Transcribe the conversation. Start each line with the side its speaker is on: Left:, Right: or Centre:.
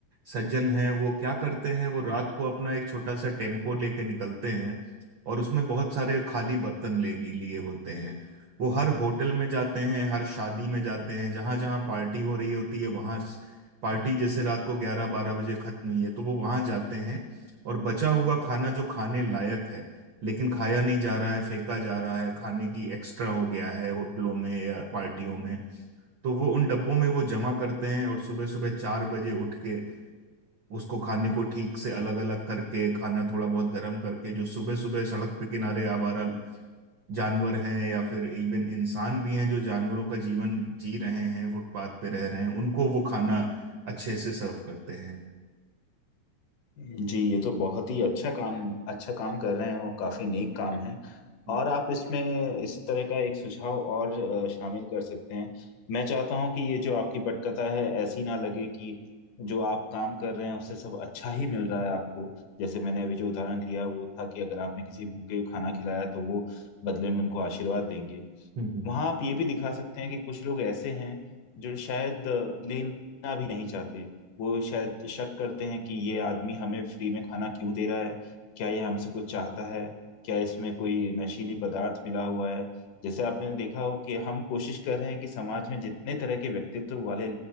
Right: सज्जन हैं वो क्या करते हैं वो रात को अपना एक छोटा सा टेम्पो लेके निकलते हैं और उसमें बहुत सारे खाली बर्तन ले लिए होते हैं वो हर होटल में जाते हैं हर शादी में जाते हैं जहां जहां पार्टी हो रही होती है वहां पार्टी जैसे रात को ग्यारह बारह बजे खत्म हुई है तो वो वहां जाते हैं और बचा हुआ खाना जो खाने लायक है लेकिन खाया नहीं जा रहा है फेंका जा रहा है खाने की एक्स्ट्रा हो गया है होटलों में या पार्टियों में तो वो उन डब्बों में वो जमा करते हैं और सुबह सुबह चार बजे उठ के उसको खाने को ठीक से अलग अलग करके खाना थोड़ा बहुत गर्म करके जो सुबह सुबह सड़क पे किनारे आवारा जानवर हैं या फिर इवन इंसान भी हैं जो जानवरों का जीवन जी रहे हैं फुटपाथ पे रह रहे हैं उनको वो खाना अच्छे से सर्व करते हैं
Left: जी ये तो बहुत ही अच्छा काम अच्छा काम कर रहे हैं वो काफी नेक काम है
Right: हम्म
Left: और आप इसमें इस तरह का एक सुझाव और अ, शामिल कर सकते हैं मैं चाहता हूं कि ये जो आपकी पटकथा है ऐसी ना लगे कि जो आप काम कर रहे हैं उससे सब अच्छा ही मिल रहा है आपको जैसे मैंने अभी जो उदाहरण दिया वो था कि अगर आपने किसी भूखे को खाना खिलाया तो वो बदले में उनको आशीर्वाद देंगे
Right: हम्म
Left: वहां आप ये भी दिखा सकते हैं कि कुछ लोग ऐसे हैं जो शायद अ, लेना भी नहीं चाहते वो शायद शक करते हैं कि ये आदमी हमें फ्री में खाना क्यों दे रहा है क्या ये हमसे कुछ चाहता है क्या इसमें कोई नशीली पदार्थ मिला हुआ है जैसे आपने देखा हो कि हम कोशिश कर रहे हैं कि समाज में जितने तरह के व्यक्तित्व वाले